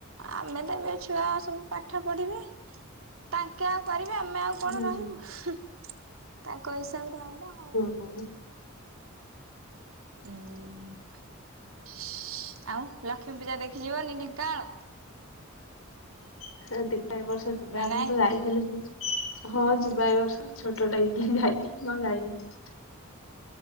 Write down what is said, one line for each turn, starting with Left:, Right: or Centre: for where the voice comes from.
Right: ଆମେ ତ ଏବେ ଛୁଆ ସବୁ ପାଠ ପଢିବେ। ତାଙ୍କେ ଆଉ କରିବେ, ଆମେ ଆଉ
Left: ହୁଁ।
Right: କଣ ରହିବୁ, ହୁଁ, ତାଙ୍କ ହିସାବରେ ହବ ଆଉ।
Left: ହଉ।
Right: ଆଉ, ଲକ୍ଷ୍ମୀ ପୂଜା ଦେଖିଯିବାନି, ଢେଙ୍କାନାଳ?
Left: <unintelligible> ଏ ବର୍ଷ ଯିବା,
Right: ନା
Left: ମୁଁ
Right: ନାଇଁ?
Left: ତ ଯାଇଥିଲି ସେଠି ହଁ ଯିବା ଏ ବର୍ଷ, ଛୋଟଟେ ହେଇଥିଲି ଯାଇଥିଲି, ମୁଁ ଆଉ ଯାଇନି।